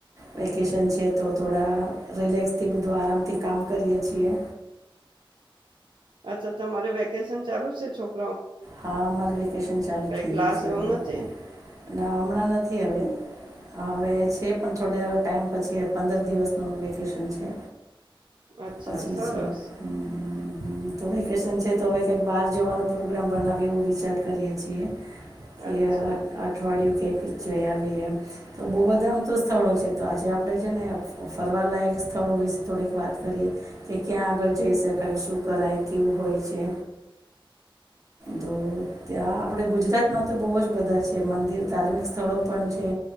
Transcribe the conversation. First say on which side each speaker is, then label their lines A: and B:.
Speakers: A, on the right; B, on the right.
A: વેકેશન છે તો થોડા રિલેક્સથી બધું આરામથી કામ કરીએ છીએ.
B: અચ્છા તમારે વેકેશન ચાલુ છે છોક
A: હા અમાર વેકેશન ચાલુ
B: કઈ
A: થઈ
B: ક્લાસ
A: ગયું છે
B: એવું
A: હવે
B: નથી
A: ના હમણાં નથ થી હવે હા છે પણ થોડ ટાઈમ પછી પંદર દિવસનું વેકેશન છે.
B: અચ્છા
A: પછી
B: સરસ
A: છે હમ્મ હ તો વેકેશન છે તો હવે કઈક બાર જવાનો પ્રોગ્રામ બનાવ્યો વિચાર કરીએ છીએ. કે
B: અચ્છા
A: અઠવાડિયું કે જઈ આવીએ એમ તો બહુ બધા આમ તો સ્થળો છે તો આજે આપણે છે ને ફરવાલાયક સ્થળો વિશે થોડીક વાત કરીએ કે ક્યાં આગળ જઈ શકાય શું કરાય કેવું હોય છે. તો ત્યાં આપડે ગુજરાતમાં તો બહુ જ બધા છે મંદિર ધાર્મિક સ્થળો પણ છે.